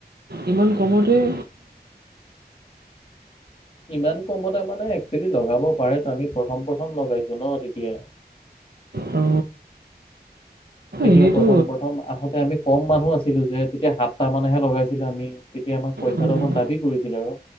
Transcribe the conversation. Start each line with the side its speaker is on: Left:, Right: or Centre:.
Right: ইমান কমতেই
Left: ইমান কমতে মানে একচুৱেলি লগাব পাৰেতো আমি প্ৰথম প্ৰথম লগাইছো ন তেতিয়া
Right: অ
Left: তেতিয়া
Right: এনেইতো
Left: প্ৰথম প্ৰথম আহোতে আমি কম মানুহ আছিলো যে তেতিয়া সাতটা মানেহে লগাইছিলো আমি তেতিয়া আমাক পইচাটো
Right: উম
Left: অকণ দাবী কৰিছিল আৰু